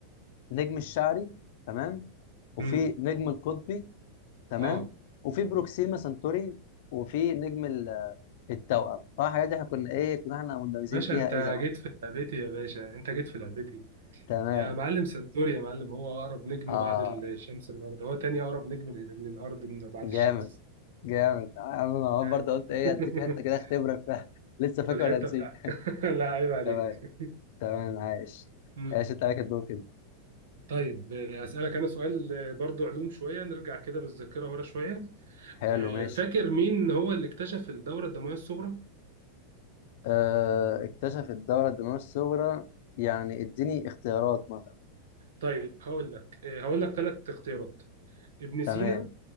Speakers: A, on the left; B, on the right.
A: نجم الشعري تمام وفي
B: مم.
A: نجم القطبي تمام
B: اه
A: وفي بروكسيما سنتوري وفي نجم ال- التوأم طبعا الحاجات دي احنا كنا ايه كنا احنا مندرسين
B: باشا
A: فيها
B: انت
A: ايه زمان
B: جيت في لعبتي يا باشا انت جيت في لعبتي
A: تمام
B: يا معلم سنتوري يا معلم هو اقرب نجم
A: اه
B: بعد الشمس للارض هو تاني اقرب نجم لل- للارض من بعد
A: جامد
B: الشمس
A: جامد يا عم انا عمال
B: عارف
A: برضه قلت ايه
B: <laughs>
A: اديك حته كده اختبرك فيها <laughs> لسه فاكر
B: بالحته
A: ولا نسيت
B: بتاعتك <laughs> لا عيب
A: <laughs>
B: عليك
A: تمام تمام عايش
B: مم.
A: عايش انت عليك الدور كده
B: طيب آه، اسالك انا سؤال آه، برضو علوم شويه نرجع كده بالذاكره ورا شويه
A: حلو
B: آه،
A: ماشي
B: فاكر مين هو اللي اكتشف الدوره الدمويه الصغرى
A: آه اكتشف الدورة الدموية الصغرى يعني اديني اختيارات مثلا
B: طيب هقول لك آه، هقول لك ثلاث اختيارات ابن سينا
A: تمام